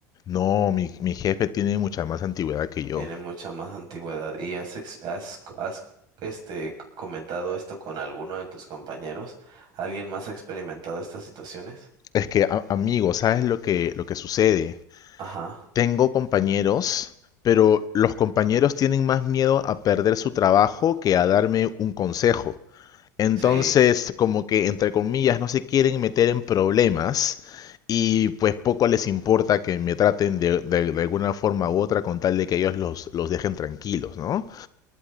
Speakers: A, on the left; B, on the right.
A: No, mi, mi jefe tiene mucha más antigüedad que yo.
B: Tiene mucha más antigüedad. ¿Y has, ex- has, has, este, comentado esto con alguno de tus compañeros? ¿Alguien más ha experimentado estas situaciones?
A: Es que, a- amigo, ¿sabes lo que, lo que sucede?
B: Ajá,
A: Tengo compañeros, pero los compañeros tienen más miedo a perder su trabajo que a darme un consejo. Entonces,
B: sí,
A: como que, entre comillas, no se quieren meter en problemas y pues poco les importa que me traten de, de- de alguna forma u otra con tal de que ellos los, los dejen tranquilos, ¿no?